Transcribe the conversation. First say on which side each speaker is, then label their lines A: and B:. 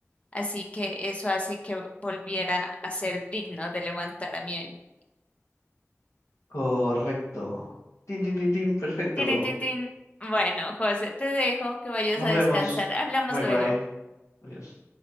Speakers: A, on the left; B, on the left.
A: Así que eso hace que volviera a ser digno de levantar a Mjolnir.
B: Correcto. Tin, tin, tin, tin, perfecto.
A: Tirin, tin, tin. Bueno, José, te dejo que vayas
B: Nos
A: a descansar.
B: vemos.
A: Hablamos
B: Bye
A: luego.
B: bye. Adiós.